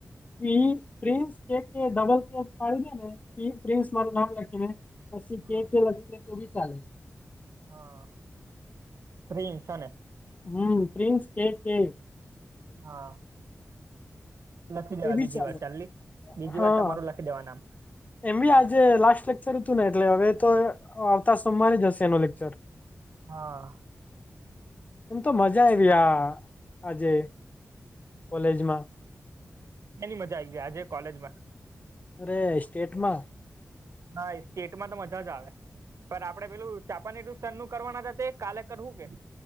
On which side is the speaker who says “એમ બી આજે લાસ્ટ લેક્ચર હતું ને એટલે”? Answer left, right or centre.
Left